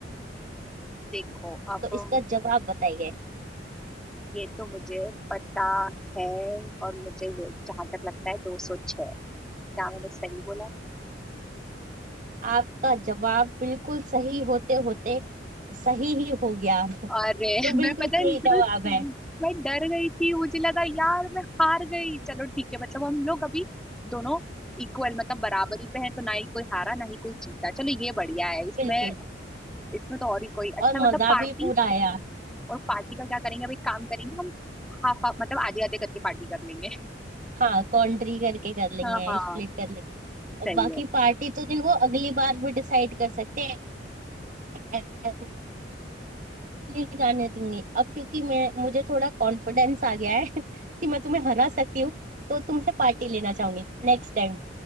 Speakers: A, in the centre; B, on the right.
A: देखो अब
B: तो इसका जवाब बताइए
A: ये तो मुझे पता है और मुझे ये जहां तक लगता है दो सौ छह क्या मैंने सही बोला
B: आपका जवाब बिल्कुल सही होते होते सही ही हो गया
A: अरे <laughs>
B: तो
A: मैं
B: बिल्कुल
A: पता
B: सही
A: है मतलब
B: जवाब है
A: मैं डर गई थी मुझे लगा यार मैं हार गई चलो ठीक है मतलब हम लोग अभी दोनों इक्वल मतलब बराबरी पे हैं तो ना ही कोई हारा ना ही कोई जीता चलो ये बढ़िया है इसमें
B: बिल्कुल
A: इसमें तो और ही कोई अच्छा
B: और
A: मतलब
B: मजा
A: पार्टी
B: भी पूरा आया
A: और पार्टी का क्या करेंगे अभी काम करेंगे हम हाफ हाफ मतलब आधे आधे करके पार्टी कर लेंगे <laughs>
B: हाँ कॉन्ट्री करके कर लेंगे
A: हाँ हाँ
B: स्प्लिट कर लेंगे और
A: सही
B: बाकी
A: है
B: पार्टी तो देखो अगली बार भी डिसाइड कर सकते हैं ऐसे नहीं जाने दूंगी अब क्योंकि मैं मुझे थोड़ा कॉन्फिडेंस आ गया है <laughs> कि मैं तुम्हें हरा सकती हूँ तो तुमसे पार्टी लेना चाहूंगी नेक्स्ट टाइम